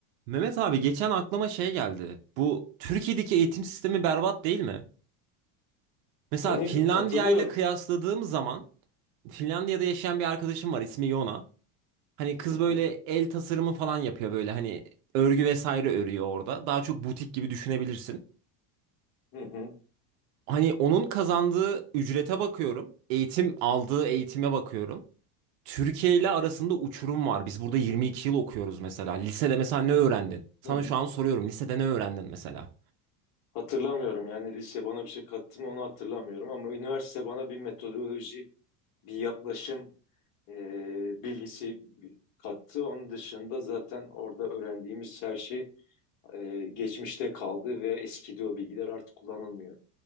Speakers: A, on the right; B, on the left.
A: Mehmet abi geçen aklıma şey geldi. Bu Türkiye'deki eğitim sistemi berbat değil mi? Mesela
B: Yani
A: Finlandiya
B: katılıyorum.
A: ile kıyasladığım zaman Finlandiya'da yaşayan bir arkadaşım var ismi Yona. Hani kız
B: Hı hı,
A: böyle el tasarımı falan yapıyor böyle hani örgü vesaire örüyor orada. Daha çok butik gibi düşünebilirsin.
B: hı hı,
A: Hani onun kazandığı ücrete bakıyorum. Eğitim aldığı eğitime bakıyorum. Türkiye ile arasında uçurum var. Biz burada 22 yıl okuyoruz mesela. Lisede mesela ne öğrendin? Sana
B: hı hı.
A: şu an soruyorum. Lisede ne öğrendin mesela?
B: Hatırlamıyorum yani lise bana bir şey kattı mı onu hatırlamıyorum ama üniversite bana bir metodoloji, bir yaklaşım e, bilgisi kattı. Onun dışında zaten orada öğrendiğimiz her şey e, geçmişte kaldı ve eskidi o bilgiler artık kullanılmıyor.